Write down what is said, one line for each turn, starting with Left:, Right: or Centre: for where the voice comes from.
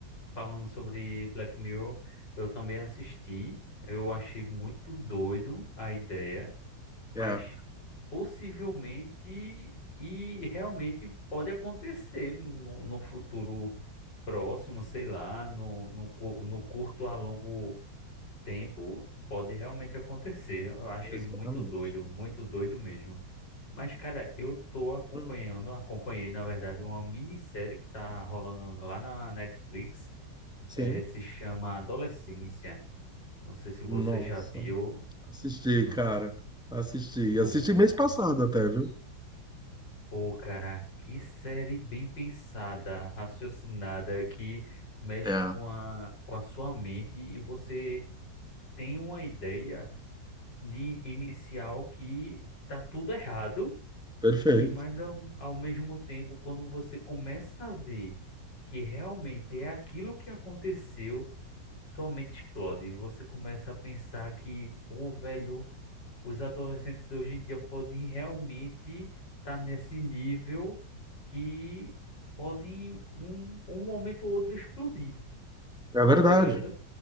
Left: falando sobre Black Mirror, eu também assisti. Eu achei muito doido a ideia, mas
Centre: É,
Left: possivelmente e realmente pode acontecer no, no futuro próximo, sei lá, no, no, cu- no curto a longo tempo pode realmente acontecer. Eu achei
Centre: exatamente.
Left: muito doido, muito doido mesmo. Mas, cara, eu tô acompanhando,
Centre: Hum,
Left: acompanhei, na verdade, uma minissérie que tá rolando lá na Netflix.
Centre: sim.
Left: é se chama Adolescência. Não sei se você
Centre: Nossa,
Left: já viu.
Centre: assisti,
Left: Não...
Centre: cara. Assisti.
Left: Pô,
Centre: Assisti mês passado até, viu?
Left: pô, cara, que série bem pensada, raciocinada, que mexe
Centre: É,
Left: com a, com a sua mente e você tem uma ideia de inicial que tá tudo errado,
Centre: perfeito.
Left: que mas ao, ao mesmo tempo, quando você começa a ver que realmente é aquilo que aconteceu, sua mente explode. Você começa a pensar que, pô, velho, os adolescentes hoje em dia podem realmente estar nesse nível que podem um, um momento ou outro explodir,
Centre: É verdade.
Left: tá ligado?